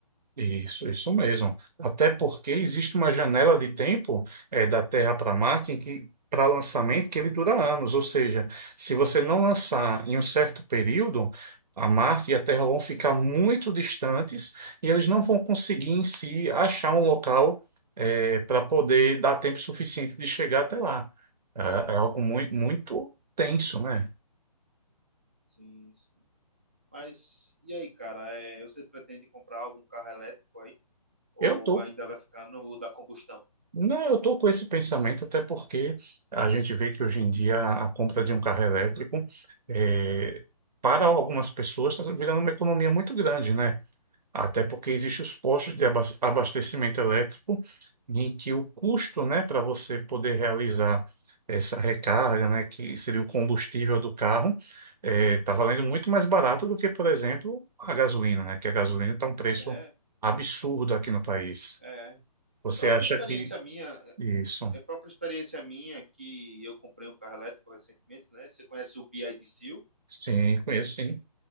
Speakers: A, on the right; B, on the right.
A: Isso, isso mesmo. Até porque existe uma janela de tempo eh, da Terra para Marte em que para lançamento que ele dura anos, ou seja, se você não lançar em um certo período, a Marte e a Terra vão ficar muito distantes e eles não vão conseguir em si achar um local para poder dar tempo suficiente de chegar até lá. É,
B: Sim,
A: é algo muito, muito tenso, né?
B: sim. Mas e aí, cara? É, você pretende comprar algum carro elétrico aí? Ou
A: Eu tô
B: ainda vai ficar no da combustão?
A: Não, eu estou com esse pensamento até porque a gente vê que hoje em dia a compra de um carro elétrico, eh, para algumas pessoas, está virando uma economia muito grande, né? Até porque existem os postos de abas- abastecimento elétrico em que o custo, né, para você poder realizar essa recarga, né, que seria o combustível do carro, está valendo muito mais barato do que, por exemplo, a gasolina, né? Que a gasolina está um preço
B: É,
A: absurdo aqui no país.
B: é.
A: Você
B: Própria
A: acha
B: experiência
A: que
B: minha, é
A: isso?
B: é própria experiência minha que eu comprei um carro elétrico recentemente, né? Você conhece o BYD Seal?
A: Sim, conheço, sim.